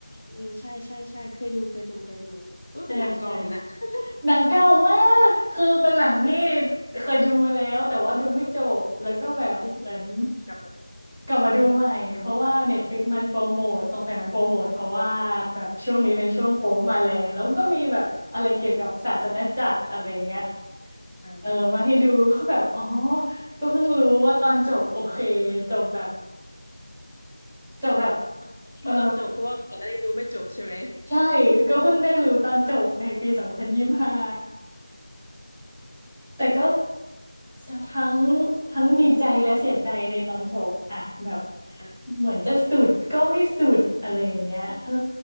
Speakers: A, on the left; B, in the centre.
A: เออใช่ใช่ใช่เคยดูเคยดูเคยดูอุ้ยก็หนังเก่าอยู่นะ
B: ใช่ใช่
A: <laughs>
B: หนังเก่ามากคือเป็นหนังที่เคยดูมาแล้วแต่ว่าดูไม่จบแล้วก็แบบเหมือน
A: อืมกลับมาดู
B: กลับมาดูใหม่เพราะว่า Netflix มันโปรโมทสงสัยมันโปรโมทเพราะว่าแบบช่วงนี้เป็นช่วงโป๊ปมาแรงแล้วมันก็มีแบบอะไรเกี่ยวกับศาสนจักรอะไรอย่างเงี้ย
A: อ่า
B: เออมาให้ดูเขาแบบอ๋อก็เพิ่งรู้ว่าตอนจบโอเคจบแบบจบแบบ
A: <laughs>
B: เออ
A: ดูตอนจบเพราะว่าก่อนหน้านี้ดูไม่จบใช่ไหม
B: ใช่ก็เพิ่งได้รู้ตอนจบในปีสองพันยี่สิบห้า
A: อ่า
B: แต่ก็ทั้งทั้งดีใจและเสียใจในตอนจบอะแบบ
A: อ่า
B: เหมือนจะสุดก็ไม่สุดอะไรอย่างเงี้ยเออ